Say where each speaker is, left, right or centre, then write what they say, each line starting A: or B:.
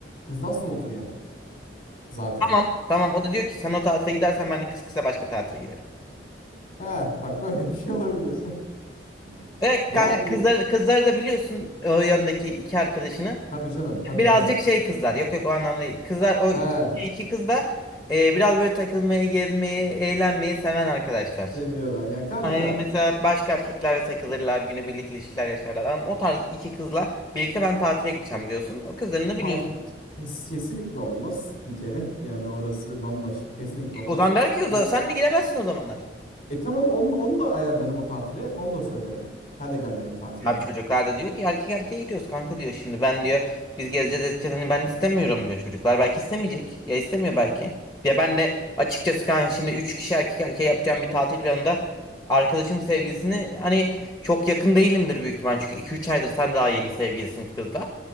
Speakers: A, on the left (about 45°); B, on the left (about 20°).
A: Hızdan soğutur yani zaten.
B: Tamam. Tamam o da diyor ki sen o tatile gidersen ben de kız kıza başka tatile giderim.
A: Heh, bak böyle bir şey olabilir. <laughs>
B: Evet
A: Yani
B: kanka kızları, kızları da biliyorsun o yanındaki iki arkadaşını.
A: tabii canım tabii
B: Birazcık
A: canım.
B: şey kızlar. Yok yok o anlamda değil. Kızlar o iki,
A: He
B: iki kız da e, biraz böyle takılmayı, gezmeyi, eğlenmeyi seven arkadaşlar.
A: Seviyorlar. Ya kanka
B: Hani mesela başka erkeklerle takılırlar, günübirlik ilişkiler yaşarlar. Ama o tarz iki kızla birlikte ben tatile gideceğim diyorsun. O kızlarını da biliyorsun.
A: punk kes- kesinlikle olmaz bir kere. Yani orası bambaşka kesinlikle
B: E,
A: olmaz.
B: O zaman der ki o zaman
A: Ya
B: sen de gidemezsin o zamanlar.
A: e tamam onu, onu da ayarlarım o tatile. Onu da söylerim. Sen de gel derim tatile.
B: Abi çocuklar da diyor ki erkek erkeğe gidiyoruz kanka diyor şimdi ben diyor biz gezeceğiz edeceğiz hani ben istemiyorum diyor çocuklar belki istemeyecek ya istemiyor belki. Ya ben de açıkçası kanka şimdi 3 kişi erkek erkeğe yapacağım bir tatil planında arkadaşım sevgilisini hani çok yakın değilimdir büyük ihtimal çünkü iki üç aydır sen daha yeni sevgilisin kızla.